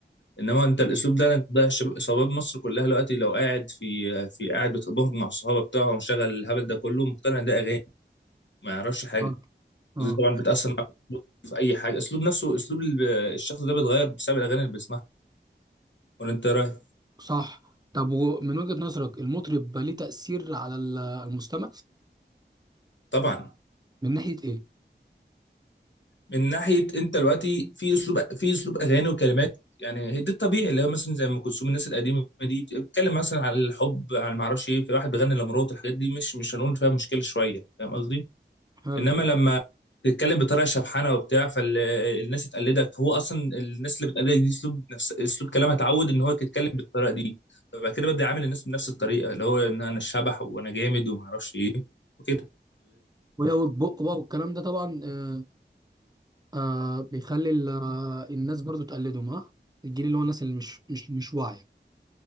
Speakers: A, on the left; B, on the right.
A: انما انت الاسلوب ده انت ده شباب شباب مصر كلها دلوقتي لو قاعد في في قاعد بتبهج مع الصحابه بتاعه ومشغل الهبل ده كله مقتنع ان ده اغاني ما يعرفش حاجه
B: اه اه
A: ودي طبعا بتاثر معاه في اي حاجه اسلوب نفسه اسلوب ال- الشخص ده بيتغير بسبب الاغاني اللي بيسمعها ولا انت إيه رايك
B: صح طب ومن وجهة نظرك المطرب بقى ليه تأثير على ال- المستمع
A: طبعا
B: من ناحية ايه؟
A: من ناحيه انت دلوقتي في اسلوب في اسلوب اغاني وكلمات يعني هي ده الطبيعي اللي هو مثلا زي ام كلثوم الناس القديمه دي بتتكلم مثلا عن الحب عن ما اعرفش ايه في واحد بيغني لمراته الحاجات دي مش مش هنقول فيها مشكله شويه فاهم قصدي
B: حلو
A: انما لما تتكلم بطريقه شبحانه وبتاع فالناس تقلدك هو اصلا الناس اللي بتقلدك دي اسلوب نفس اسلوب كلامها اتعود ان هو يتكلم بالطريقه دي فبعد كده ببدا اعامل الناس بنفس الطريقه اللي هو ان انا الشبح وانا جامد وما اعرفش ايه وكده
B: ويوج بق بقى والكلام ده طبعا آه آه بيخلي ال- آه، الناس برضو تقلدهم ها الجيل اللي هو الناس اللي مش مش مش واعية